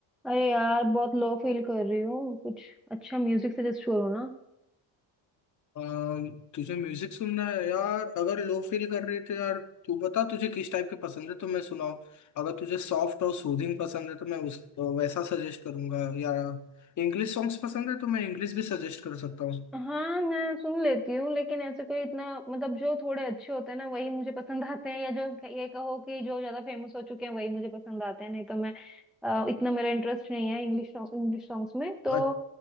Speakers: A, in the centre; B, on the left.
A: अरे यार बहुत लो फील कर रही हूँ कुछ अच्छा म्यूजिक सजेस्ट करो ना
B: अम, तुझे म्यूजिक सुनना है यार अगर लो फील कर रही है तो यार तू बता तुझे किस टाइप के पसंद है तो मैं सुनाऊं अगर तुझे सॉफ्ट और सूदिंग पसंद है तो मैं उस वैसा सजेस्ट करूंगा या इंग्लिश सॉन्ग्स पसंद है तो मैं इंग्लिश भी सजेस्ट कर सकता हूँ
A: हाँ मैं सुन लेती हूँ लेकिन ऐसे कोई इतना मतलब जो थोड़े अच्छे होते हैं ना वही मुझे पसंद आते हैं या जो ये कहो कि जो ज्यादा फेमस हो चुके हैं वही मुझे पसंद आते हैं नहीं तो मैं अ, इतना मेरा इंटरेस्ट नहीं है इंग्लिश इंग्लिश सॉन्ग्स में तो
B: अ-